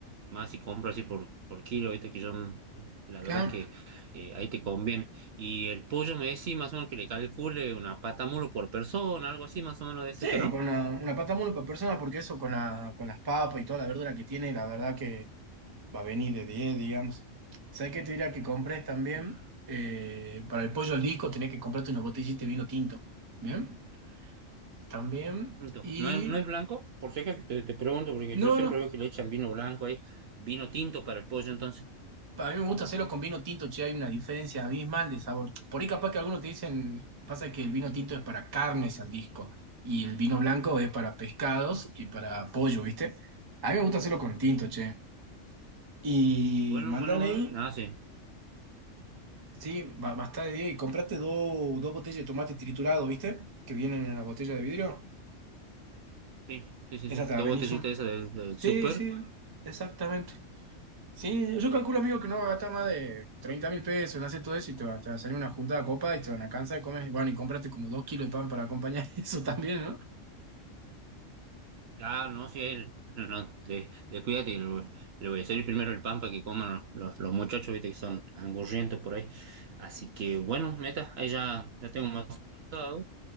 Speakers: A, on the right (about 60°); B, on the right (about 35°).
A: más si compro así por, por kilo, viste que yo, mm, la
B: Claro.
A: verdad que eh, ahí te conviene. Y el pollo me decís más o menos que le calcule una pata mulo por persona, algo así más o menos de ese
B: Sí,
A: que no.
B: con una, una pata mole por persona, porque eso con, la- con las papas y toda la verdura que tiene, la verdad que va a venir de 10 digamos. ¿Sabes qué te diría que compres también?
A: Ya.
B: Eh, para el pollo al disco tenés que comprarte una botellita de vino tinto. ¿Bien? También.
A: Punto.
B: Y...
A: No, es, no es blanco, por si acaso te, te pregunto, porque
B: No,
A: yo siempre
B: no.
A: veo que le echan vino blanco ahí, vino tinto para el pollo, entonces.
B: A mí me gusta hacerlo con vino tinto, che, hay una diferencia abismal de sabor. Por ahí capaz que algunos te dicen, pasa que el vino tinto es para carnes al disco y el vino blanco es para pescados y para pollo, ¿viste? A mí me gusta hacerlo con tinto, che. Y
A: Bueno,
B: mándale
A: bueno, bueno,
B: ahí
A: ah, sí,
B: Sí, ba- bastá de 10 y compraste dos dos botellas de tomate triturado, ¿viste? Que vienen en la botella de vidrio.
A: sí, sí, sí,
B: Esa
A: sí.
B: te
A: Dos
B: la venís
A: botellitas
B: sub-
A: esas del, del
B: Sí,
A: súper
B: sí, exactamente. Sí, yo calculo, amigo, que no va a gastar más de treinta mil pesos en hacer todo eso y te va, te va a salir una juntada copa y te van a cansar de comer. Bueno, y compraste como dos kilos de pan para acompañar <laughs> eso también, ¿no?
A: Ah, no, sí, él, <laughs> no, de, descuídate, y le, le voy a servir primero el pan para que coman los, los, los muchachos, viste, que son angurrientos por ahí. Así que, bueno, meta, ahí ya, ya tengo más anotado,